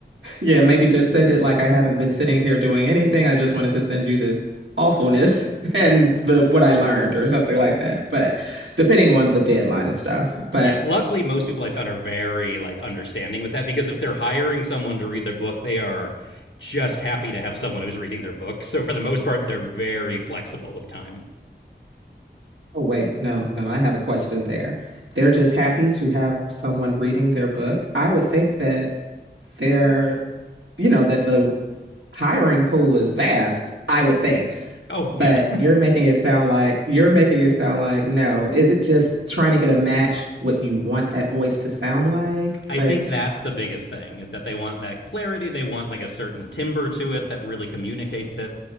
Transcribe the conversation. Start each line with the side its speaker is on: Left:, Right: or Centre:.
Right: Yeah, maybe just send it like I haven't been sitting here doing anything. I just wanted to send you this awfulness <laughs> and
Left: Yeah.
Right: the what I learned or something like that. But depending on the deadline and stuff. But
Left: Yeah. Luckily, most people I found are very like understanding with that because if they're hiring someone to read their book, they are just happy to have someone who's reading their book. So for the most part, they're very flexible with time.
Right: Oh, wait, no, no, I have a question there. They're just happy to have someone reading their book. I would think that they're, you know, that the hiring pool is vast, I would think.
Left: Oh,
Right: But
Left: yeah.
Right: you're making it sound like you're making it sound like no. Is it just trying to get a match what you want that voice to sound like?
Left: I
Right: Like,
Left: think that's the biggest thing is that they want that clarity. They want like a certain timbre to it that really communicates it.